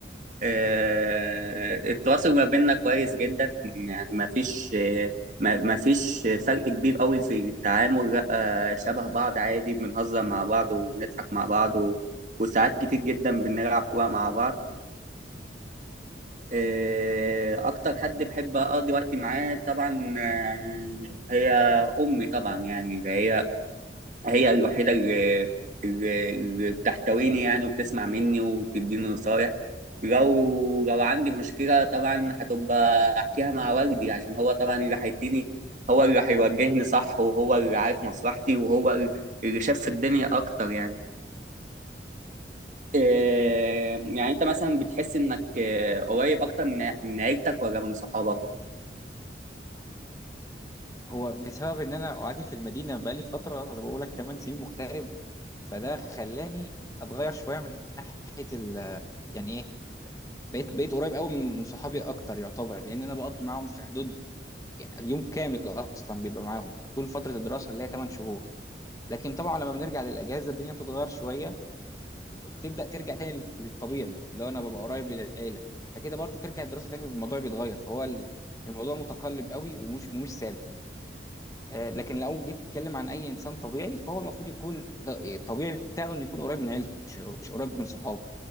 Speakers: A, on the right; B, on the left.
A: إيه، التواصل ما بيننا كويس جدا يعني ما فيش ما ما فيش فرق كبير قوي في التعامل لا شبه بعض عادي بنهزر مع بعض وبنضحك مع بعض و- وساعات كتير جدا بنلعب كورة مع بعض آه، أكتر حد بحب أقضي وقتي معاه طبعا آه، هي أمي طبعا يعني هي هي الوحيدة اللي, اللي اللي بتحتويني يعني وبتسمع مني وبتديني نصايح لو لو عندي مشكلة طبعا هتبقى أحكيها مع والدي عشان هو طبعا اللي هيديني هو اللي هيوجهني صح وهو اللي عارف مصلحتي وهو اللي شاف في الدنيا أكتر يعني آه، يعني أنت مثلا بتحس إنك آه، قريب أكتر من من عيلتك ولا من صحابك؟
B: هو بسبب ان انا قاعد في المدينه بقالي فتره زي ما بقول لك 8 سنين مغترب فده خلاني اتغير شويه من ناحيه ال يعني ايه بقيت بقيت قريب قوي من من صحابي اكتر يعتبر لان انا بقضي معاهم في حدود يعني يوم كامل اصلا بيبقى معاهم طول فتره الدراسه اللي هي 8 شهور لكن طبعا لما بنرجع للاجازه الدنيا بتتغير شويه وبتبدا ترجع تاني لل- للطبيعي اللي هو انا ببقى قريب للعيله فكده برضو ترجع الدراسه تاني الموضوع بيتغير فهو ال- الموضوع متقلب قوي ومش مش ثابت آه، لكن لو جيت تتكلم عن اي انسان طبيعي فهو المفروض يكون ط- الطبيعي بتاعه انه يكون قريب من عيلته مش مش قريب من صحابه